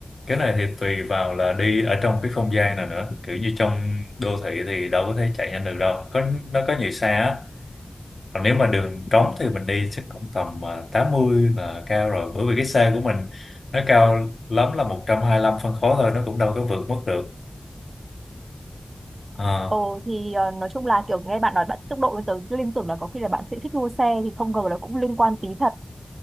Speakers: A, on the left (about 75°); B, on the right (about 50°).
A: cái này thì tùy vào là đi ở trong cái không gian nào nữa kiểu như trong đô thị thì đâu có thể chạy nhanh được đâu có nó có nhiều xe á còn nếu mà đường trống thì mình đi chắc cũng tầm à, 80 là cao rồi bởi vì cái xe của mình nó cao lắm là một trăm hai lăm phân khối thôi nó cũng đâu có vượt mức được Ờ.
B: Ồ thì ờ, nói chung là kiểu nghe bạn nói bạn thích tốc độ nên tớ liên tưởng là có khi là bạn sẽ thích đua xe thì không ngờ là cũng liên quan tí thật.